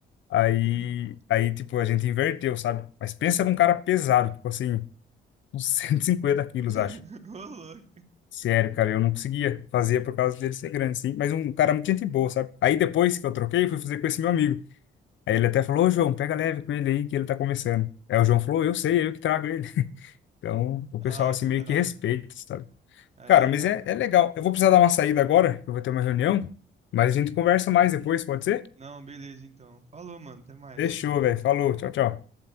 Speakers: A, on the left (about 70°); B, on the right (about 35°).
A: Aí,
B: <laughs>
A: aí, tipo, a gente inverteu, sabe? Mas pensa num cara pesado, tipo assim, uns <laughs> 150 quilos,
B: Ô,
A: acho.
B: louco.
A: Sério, cara, eu não conseguia fazer por causa dele ser grande, sim. Mas um cara muito gente boa, sabe? Aí depois que eu troquei, eu fui fazer com esse meu amigo. Aí ele até falou, ô João, pega leve com ele aí, que ele tá começando. Aí o João falou, eu sei, é eu que trago ele. <laughs> Então, o
B: Ah,
A: pessoal assim
B: que
A: meio
B: da
A: que
B: hora.
A: respeita, sabe?
B: Ah,
A: Cara,
B: legal.
A: mas é, é legal. Eu vou precisar dar uma saída agora, eu vou ter uma reunião, mas a gente conversa mais depois, pode ser?
B: Não, beleza então. Falou, mano. Até mais.
A: Fechou, velho. Falou. Tchau, tchau.